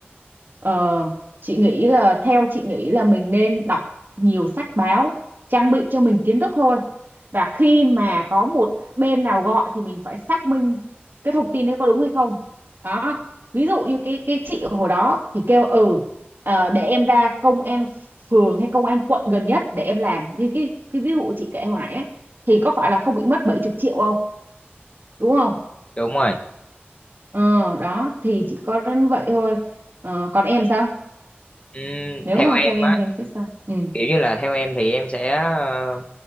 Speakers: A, on the right (about 60°); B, on the left (about 30°).
A: Ờ, chị nghĩ là theo chị nghĩ là mình nên đọc nhiều sách báo trang bị cho mình kiến thức thôi và khi mà có một bên nào gọi thì mình phải xác minh cái thông tin đấy có đúng hay không đó ví dụ như cái cái chị ở hồi đó thì kêu ừ ờ, để em ra công an phường hay công an quận gần nhất để em làm như cái cái ví dụ chị kể hồi nãy ấy, thì có phải là không bị mất bảy chục triệu không đúng không
B: Đúng rồi.
A: ờ đó thì chỉ có đến vậy thôi Ờ, còn em sao
B: Ừm,
A: nếu
B: theo
A: mà
B: em
A: theo em
B: á,
A: thì em sẽ sao ừ
B: kiểu như là theo em thì em sẽ ờ,